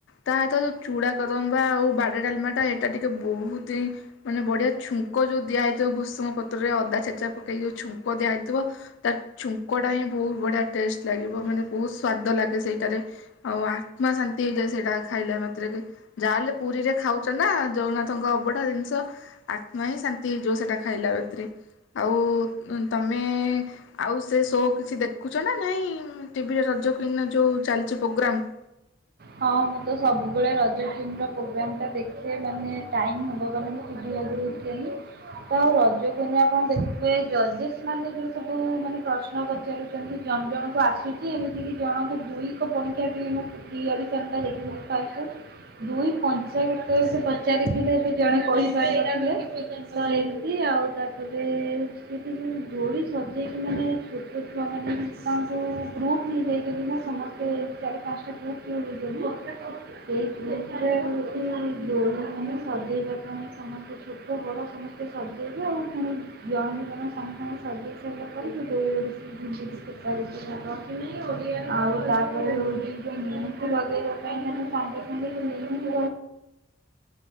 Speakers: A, on the left; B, on the right.
A: ତାସହିତ ଯଉ ଚୁଡ଼ା କଦମ୍ବା ଆଉ ବାଡ଼ିଆ ଡାଲମାଟା ଏଟା ଟିକେ ବହୁତ ହିଁ ମାନେ ବଢିଆ ଛୁଙ୍କ ଯୋଉ ଦିଆହେଇଥିବ ଭୃସଙ୍ଗ ପତ୍ରରେ ଅଦା ଛେଚା ପକେଇକି ଯଉ ଛୁଙ୍କ ଦିଆ ହେଇଥିବ ତା ଛୁଙ୍କଟା ହିଁ ବହୁତ ବଢିଆ ଟେଷ୍ଟ ଲାଗିବ ମାନେ ବହୁତ ସ୍ଵାଦ ଲାଗେ ସେଇଟାରେ। ଆଉ ଆତ୍ମା ଶାନ୍ତି ହେଇଯାଏ ସେଇଟା ଖାଇଲା ମାତ୍ରେକେ। ଯାହା ହେଲେ ପୁରୀରେ ଖାଉଛ ନା ଜଗନ୍ନାଥଙ୍କ ଅବଢା ଜିନିଷ ଆତ୍ମା ହିଁ ଶାନ୍ତି ହେଇ ଯଉ ସେଟା ଖାଇଲା ବତିରେ ଆଉ ତମେ ଆଉ ସେ ଶୋ କିଛି ଦେଖୁଛ ନା ନାଇଁ ଟିଭିରେ ରଜ କୁଇନର ଯୋଉ ଚାଲିଛି ପ୍ରୋଗ୍ରାମ?
B: ହଁ ମୁଁ ତ ସବୁବେଳେ ରଜ ଟିମ୍ର ପ୍ରୋଗ୍ରାମ୍ଟା ଦେଖେ ମାନେ ଟାଇମ୍ ହବ ମାନେ ମୁଁ ଟିଭି ଆଗରେ କେମି ତ ଆଉ ରଜ କେମିତି ଆପଣ ଦେଖଥିବେ ଜଜେସ୍ ମାନେ ଯୋଉ ସବୁ ମାନେ ପ୍ର୍ନ ସ୍ନ, ପଚାରୁଛନ୍ତି ଜଣ ଜଣକୁ ଆସୁଛି, ଏମିତି କିି ଜଣଙ୍କୁ ଦୁଇ କ ପଣିକ୍ଷା ବି ଦି ଆଡୁ <unintelligible> ଦେଖିଦେଲୁ ଫାଷ୍ଟ୍। ଦୁଇ ପଞ୍ଚା କେତେ ସେ ପଚାରିଥିଲେ ଜଣେ କହିପାରିନଥିଲେ। ତ ଏମ୍ତି ଆଉ ତାପରେ ସେଠି ଦୋଳି ସଜେଇକି ମାନେ ଛୋ ଦେ ଛୁଆ ମାନେ ତା ଯୋଉ ଗ୍ରୁପ୍ ହେଇଯାଇଛନ୍ତି ନା ସମସ୍ତେ ଚାରି ପାଞ୍ଚଟା ଗ୍ରୁପ୍ ବିଉ <unintelligible> ସେଇ ଗ୍ରୁପ୍ ରେ ହୋଉଛି ଦୋଳି ମାନେ ସଜେଇବା ପାଇଁ, ସମସ୍ତେ ଛୋଟ ବଡ ସମସ୍ତେ ସଜେଇ ସଜେଇବୁ ଆଉ ପୁଣି ଜଣ କୁ ଜଣ ସସଙ୍ଗେ ସଜେଇ ସାରିଲା ପରେ ସେ ଦୋଳି ରେ ବସେଇକି ଝୁଲେଇବୁ। ଆଉ ତାପରେ ହୋଉଛି ଯେ ମୁ ଲଗେଇବା ପାଇଁ ତମେ ସାଙ୍ଗେ ସାଙ୍ଗେ <unintelligible> ପାଞ୍ଚ ମିଣ୍ଟି